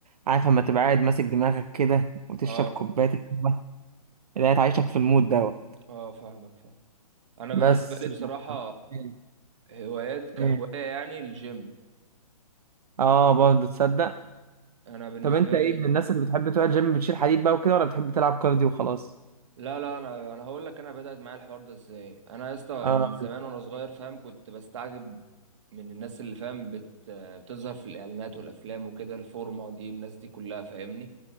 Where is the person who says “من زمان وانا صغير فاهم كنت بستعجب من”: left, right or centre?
Right